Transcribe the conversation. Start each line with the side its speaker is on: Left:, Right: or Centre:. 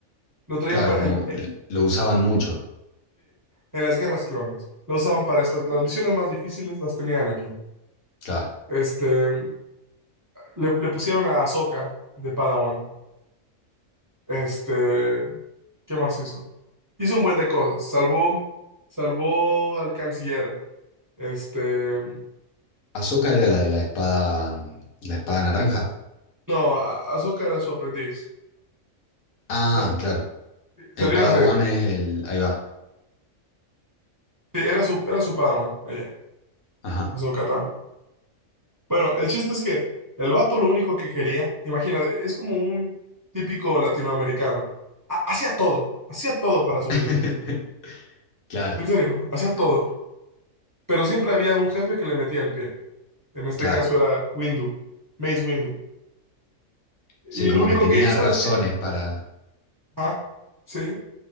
Right: lo traían
Left: Claro,
Right: para,
Left: como
Right: en,
Left: l-
Right: en-
Left: lo usaban mucho,
Right: en las guerras clones. Lo usaban para estas, las misiones más difíciles las tenía Anakin
Left: claro.
Right: Este, le, le pusieron a Ahsoka de Padawan. Este, ¿qué más hizo? Hizo un buen de cosas. Salvó, salvó al canciller. Este,
Left: Ahsoka era la de la espada, la espada naranja.
Right: no, a- Ahsoka era su aprendiz.
Left: Ah,
Right: No,
Left: claro.
Right: salió
Left: El Padawan
Right: en la serie.
Left: es el. Ahí va.
Right: Sí, era su, era su padawan, ella,
Left: Ajá.
Right: Ahsoka Tano. Bueno, el chiste es que el vato lo único que quería, imagínate, es como un típico latinoamericano. Ha- hacía todo, hacía todo para subir
Left: <laughs>
Right: de puesto.
Left: Claro,
Right: En serio, hacía todo. Pero siempre había un jefe que le metía el pie. En este
Left: claro.
Right: caso era Windu, Mace Windu.
Left: Sí,
Right: Y
Left: como
Right: lo único
Left: que tenía
Right: que hizo
Left: razones
Right: es que,
Left: para.
Right: ajá, sí,